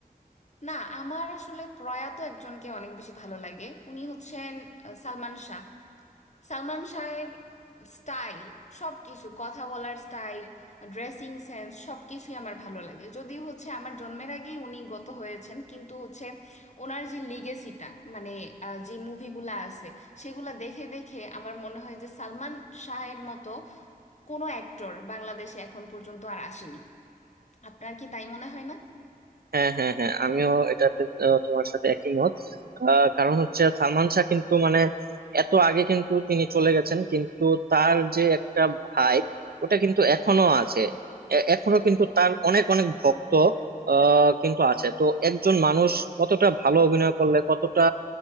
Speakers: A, on the left; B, on the right.
A: না আমার আসলে প্রয়াত একজনকে অনেক বেশি ভালো লাগে উনি হচ্ছেন আহ, সালমান শাহ সালমান শাহের স্টাইল সব কিছু কথা বলার স্টাইল ড্রেসিং সেন্স সব কিছুই আমার ভালো লাগে যদি হচ্ছে আমার জন্মের আগেই উনি গত হয়েছেন কিন্তু হচ্ছে ওনার যে লিগেসিটা মানে আহ, যে মুভিগুলা আছে সেগুলা দেখে দেখে আমার মনে হয় যে সালমান শাহের মতো কোনো অ্যাক্টর বাংলাদেশে এখন পর্যন্ত আর আসেনি আপনার কি তাই মনে হয় না
B: হ্যাঁ হ্যাঁ হ্যাঁ আমিও এটাতে আহ, তোমার সাথে একই মত আহ, কারণ হচ্ছে সালমান শাহ কিন্তু মানে এত আগে কিন্তু তিনি চলে গেছেন কিন্তু তার যে একটা ভাই ওটা কিন্তু এখনো আছে এ- এখনো কিন্তু তার অনেক অনেক ভক্ত আহ, কিন্তু আছে তো একজন মানুষ কতটা ভালো অভিনয় করলে কতটা